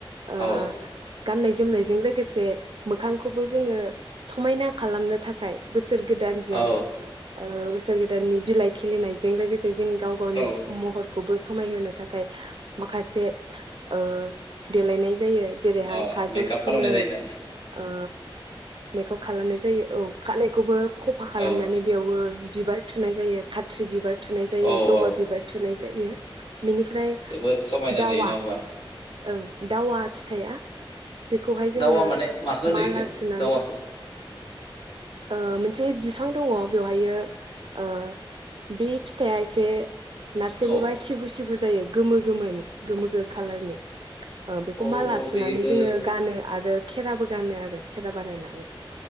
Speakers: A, on the right; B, on the left.
A: ओ
B: औ
A: गाननाय जोमनायजों लोगोसे मोखांखौबो जोङो समायना खालामनो थाखाय बुस सोर गोदानजों
B: औ
A: औ बोसोर गोदाननि बिलाइ खिलिनायजों लोगोसे जे जों गाव गावनि
B: औ
A: महरखौबोसो समायहो थाखाय माखासे ओ देलायनाय ए जेरैहाय
B: अ
A: खाजल
B: मेकआप
A: फुनो
B: खालामनाय जायो नामा
A: ओ मेकाब खालामनाय जायो औ खानायखौबो सफा खालामनानै
B: ओ
A: खौबो बिबार थुनाय जायो खात्रि बिबार थुनाय जायो
B: औ
A: जबा
B: औ
A: बिबार थुनाय जायो जायो बेनिफ्राय
B: जोबोद समायना
A: दावआ
B: नुयो नङा होमबा
A: ओं दावआ फिथाइया बेखौहाय जोङो
B: दावा माने माखो होनो
A: माला
B: इखो
A: सुनानै
B: दावाखो
A: ओ मोनसे बिफां दङ बेवहायो ओ बे फिथाइ आ एसे नारसेबोबा
B: औ
A: सिबो सिबो जायो गोमो गोमोनि गोमो गो खाालारनि। ओ बेखौ
B: औ
A: माला सुनानै
B: बेखो
A: जोङो गानो आरो खेराबो गानो आरो खेरा बानायनानै